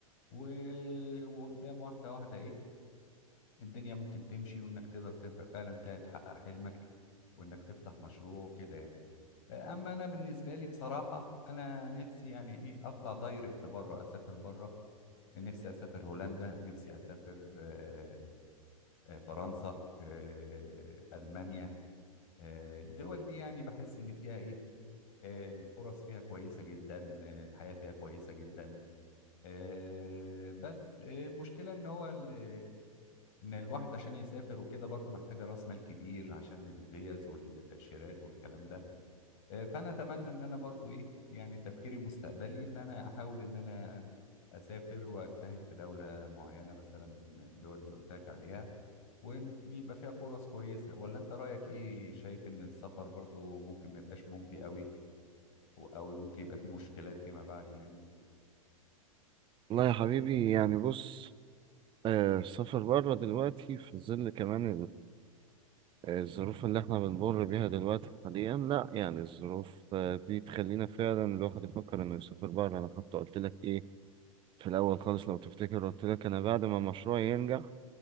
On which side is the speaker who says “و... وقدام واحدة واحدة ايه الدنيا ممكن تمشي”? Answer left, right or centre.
Left